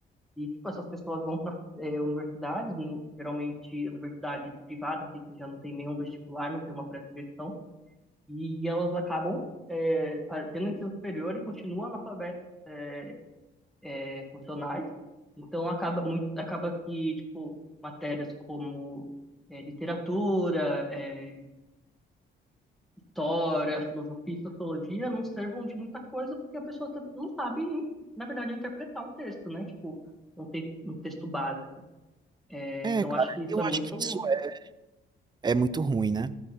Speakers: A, in the centre; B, on the right.
A: E, tipo, essas pessoas vão para universidades, no- geralmente universidade privada, assim, que já não tem nenhum vestibular, não tem uma pré-seleção, e elas acabam é, fa- tendo ensino superior e continuam analfabetas é, é, funcionais. Então acaba muito, acaba que tipo matérias como é, literatura, é, história, filosofia e sociologia não servam de muita coisa porque a pessoa tam- não sabe, na verdade, interpretar o texto, né? Tipo, um, te um texto básico. É,
B: É,
A: então
B: cara,
A: acho que isso
B: eu
A: é
B: acho
A: muito.
B: que isso é, é muito ruim, né?